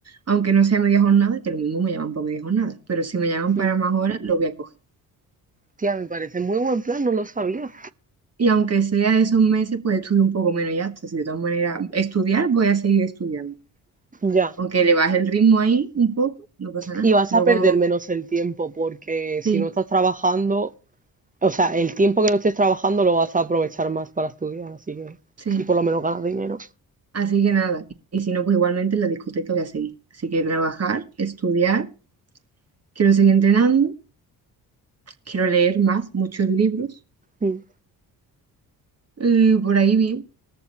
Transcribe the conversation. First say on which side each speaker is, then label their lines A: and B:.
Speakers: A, on the right; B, on the right.
A: aunque no sea media jornada, que lo mismo me llaman para media jornada, pero si me llaman
B: Mm,
A: para más horas, lo voy a coger.
B: Tía, me parece muy buen plan, no lo sabía.
A: Y aunque sea esos meses, pues estudio un poco menos y ya está. Si de todas maneras, estudiar, voy a seguir estudiando.
B: Ya.
A: Aunque le baje el ritmo ahí un poco, no pasa nada.
B: Y vas
A: Luego,
B: a perder menos el tiempo porque si
A: sí,
B: no estás trabajando, o sea, el tiempo que no estés trabajando lo vas a aprovechar más para estudiar, así que...
A: sí.
B: Y por lo menos ganas dinero.
A: Así que nada. Y si no, pues igualmente en la discoteca voy a seguir. Así que trabajar, estudiar, quiero seguir entrenando, quiero leer más, muchos libros.
B: Mm.
A: Y por ahí bien.